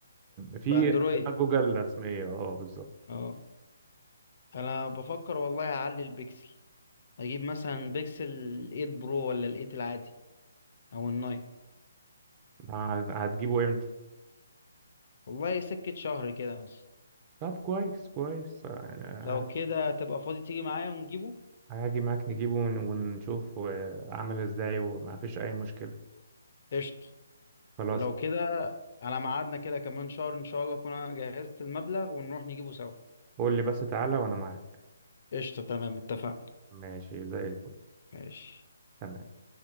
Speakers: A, on the right; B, on the left.
A: في
B: باندرويد
A: خدمات جوجل رسمية اه بالظبط
B: اه انا بفكر والله اعلي البكسل اجيب مثلا بكسل 8 برو ولا ال 8 العادي او ال 9
A: هت- هتجيبه امتى
B: والله سكة شهر كده مثلا
A: طب كويس كويس يعني
B: لو كده تبقى فاضي تيجي معايا ونجيبه
A: هاجي معاك نجيبه ون- ونشوف آه، عامل ازاي وما فيش اي مشكلة
B: قشطة
A: خلاص
B: لو كده على ميعادنا كده كمان شهر ان شاء الله اكون انا جهزت المبلغ ونروح نجيبه سوا
A: قول لي بس تعالى وانا معاك
B: قشطة تمام اتفقنا
A: ماشي زي الفل
B: ماشي
A: تمام